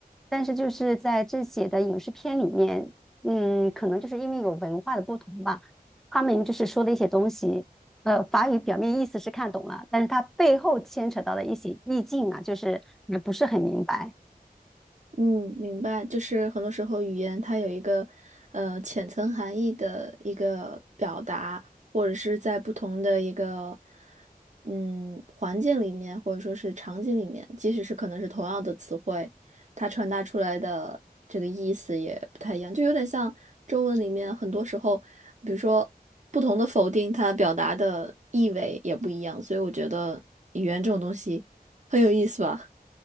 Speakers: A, in the centre; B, on the right.
A: 但是就是在这些的影视片里面，嗯，可能就是因为有文化的不同吧，他们就是说的一些东西。呃，法语表面意思是看懂了，但是它背后牵扯到的一些意境啊，就是也不是很明白。
B: 嗯，明白，就是很多时候语言它有一个呃浅层含义的一个表达，或者是在不同的一个嗯环境里面，或者说是场景里面，即使是可能是同样的词汇，它传达出来的这个意思也不太一样，就有点像中文里面很多时候，比如说不同的否定，它表达的意味也不一样，所以我觉得语言这种东西很有意思吧，